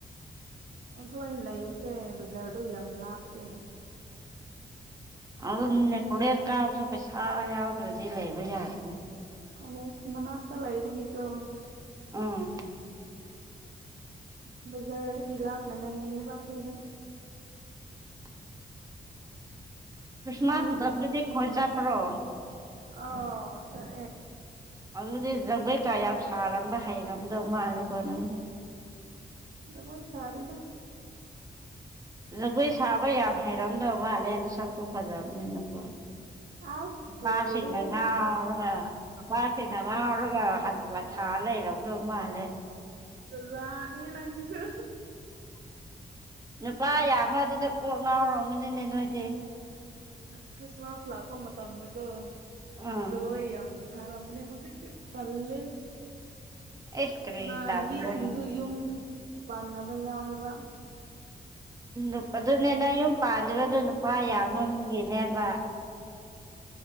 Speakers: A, on the right (about 70°); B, on the right (about 20°).
A: ꯑꯩꯈꯣꯏ ꯂꯩꯕꯁꯦ ꯕꯖꯥꯔꯗꯣ ꯌꯥꯝ ꯂꯥꯞꯄꯦ ꯑꯗꯨꯅ
B: ꯑꯗꯨ ꯅꯦꯀꯣꯣꯔꯦ ꯀꯥꯕꯁꯨ ꯄꯩꯁꯥ ꯌꯥꯎꯗ꯭ꯔꯗꯤ ꯂꯩꯕ ꯌꯥꯗ꯭ꯔꯅꯤ
A: ꯀꯣꯂꯦꯖ ꯃꯅꯥꯛꯇ ꯂꯩꯕꯒꯀ
B: ꯎꯝ
A: ꯕꯖꯔꯒꯤ ꯂꯥꯕꯅ ꯂꯩꯕꯈꯣꯏꯗ
B: <inaudible> ꯈ꯭ꯔꯤꯁꯃꯥꯁ
A: ꯅꯪꯗꯤ
B: ꯃꯇꯝꯗꯨꯗꯤ ꯈꯣꯏ ꯆꯠꯄ꯭ꯔꯣ
A: ꯑꯣ ꯆꯦ
B: ꯑꯗꯨꯗꯤ ꯖꯒꯦ ꯀꯥ ꯌꯥꯝ ꯁꯥꯔꯝꯕ ꯍꯩꯔꯝꯗꯧ ꯃꯥꯜꯂꯦꯀꯣ ꯅꯪꯗꯤ
A: ꯑꯣꯏ ꯁꯥꯗꯦꯗ
B: ꯖꯒꯣꯏ ꯁꯥꯕ ꯌꯥꯝ ꯍꯩꯔꯝꯗꯧ ꯃꯥꯜꯂꯦꯅ ꯁꯛꯁꯨ ꯐꯖꯕꯅꯤꯅꯀꯣ
A: ꯑꯁ
B: ꯅꯨꯄꯥꯁꯤꯡꯅ
A: ꯂꯣꯏꯔꯦꯍꯦ
B: ꯉꯥꯎꯔꯒ ꯅꯨꯄꯥꯁꯤꯅ ꯉꯥꯎꯔꯒ ꯍ ꯃꯥꯂ ꯔꯝꯕ ꯔꯃ ꯍꯥꯂ
A: ꯖꯅꯤ ꯍ ꯅꯪꯁꯤꯁꯨ
B: ꯂꯨꯄꯥ ꯌꯥꯃ꯭ꯔ ꯑꯗꯨꯅ ꯀꯣꯛ ꯉꯥꯎꯔꯝꯎꯅꯤꯅꯦ ꯅꯣꯏꯗꯤ
A: ꯈ꯭ꯔꯤꯁꯃꯁ ꯂꯥꯛꯄ ꯃ ꯃꯇꯝꯀ
B: ꯎꯝ
A: ꯖꯒ ꯁꯔꯥ ꯃꯅꯦ ꯍꯧꯖꯤꯛꯇ ꯄꯜꯂꯦ
B: ꯑꯩꯁ ꯀꯔꯤ
A: ꯏꯃꯥꯟꯅꯕꯤꯁꯤꯡꯁꯨ
B: ꯇꯥꯕ꯭ꯔꯣꯅꯦ
A: ꯌꯨꯝ ꯄꯥꯟꯅꯕ ꯌꯥꯎꯔꯦꯕ
B: ꯎ ꯑꯗꯨꯅꯦ ꯅ ꯌꯨꯝ ꯄꯥꯟꯜꯂꯤꯕꯗ ꯅꯨꯄꯥ ꯌꯥꯝꯃ ꯑꯃꯒꯤꯅꯦꯕ